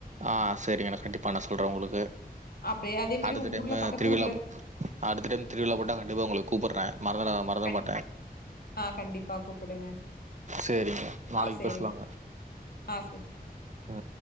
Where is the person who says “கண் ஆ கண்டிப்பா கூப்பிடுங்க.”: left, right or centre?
Left